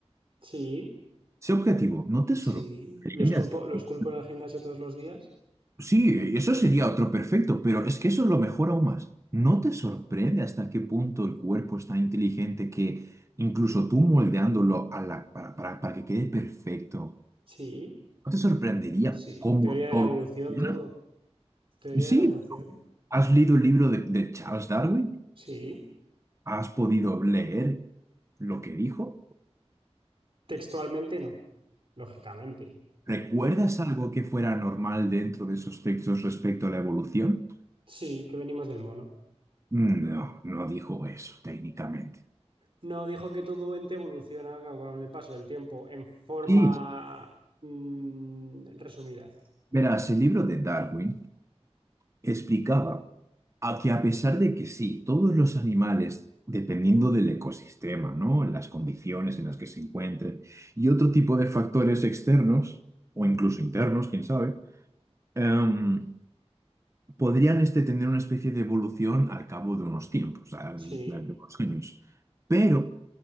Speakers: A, on the right; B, on the right.
A: Sí,
B: Sé objetivo, ¿no te sorprende
A: sí, lo esculpo,
B: hasta
A: lo
B: qué-
A: esculpo en el gimnasio todos los días.
B: Sí, eso sería otro perfecto, pero es que eso es lo mejor aún más. ¿No te sorprende hasta qué punto el cuerpo es tan inteligente que incluso tú moldeándolo a la- para, para- para que quede perfecto,
A: Sí,
B: ¿no te sorprendería
A: Sí,
B: cómo
A: teoría de
B: todo
A: la evolución,
B: funciona?
A: todo. Teoría
B: Sí,
A: de la evolución.
B: ¿has leído el libro de de Charles Darwin?
A: Sí,
B: ¿Has podido leer lo que dijo?
A: textualmente no, lógicamente.
B: ¿Recuerdas
A: Eh,
B: algo que fuera normal dentro de esos textos respecto a la evolución?
A: Sí, que venimos del mono.
B: Mm, No, no dijo eso técnicamente.
A: No, dijo que todo ente evoluciona con el paso del tiempo en forma
B: Sí,
A: mm, resumida.
B: verás, el libro de Darwin explicaba a que a pesar de que sí, todos los animales, dependiendo del ecosistema, ¿no? Las condiciones en las que se encuentren y otro tipo de factores externos o incluso internos, quién sabe, em, podrían este, tener una especie de evolución al cabo de unos tiempos, al-
A: Sí,
B: de unos años. Pero